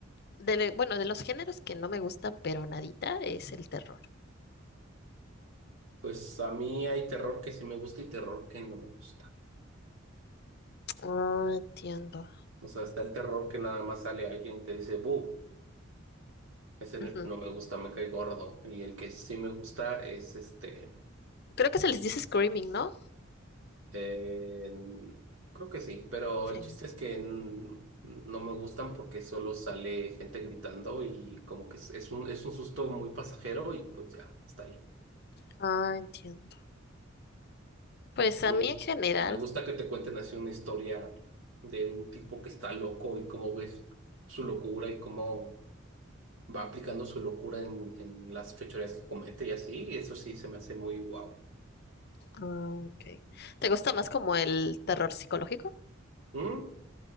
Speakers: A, on the left (about 50°); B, on the right (about 75°).
A: de, le- bueno, de los géneros que no me gustan, pero nadita, es el terror.
B: Pues a mí hay terror que sí me gusta y terror que no me gusta.
A: Ah, entiendo.
B: O sea, está el terror que nada más sale alguien y te dice, ¡bu! Ese no
A: Ujú.
B: no me gusta, me cae gordo. Y el que sí me gusta es este.
A: Creo que se les dice screaming, ¿no?
B: eh, creo que sí, pero
A: Sí.
B: el chiste es que n- no me gustan porque solo sale gente gritando y como que es, es un, es un susto muy pasajero y pues ya, hasta ahí.
A: Ah, entiendo. Pues a
B: Me,
A: mí en general,
B: me gusta que te cuenten así una historia de un tipo que está loco y cómo ves su locura y cómo va aplicando su locura en, en las fechorías que comete y así. Eso sí se me hace muy guau.
A: ah, ok. ¿Te gusta más como el terror psicológico?
B: Mm,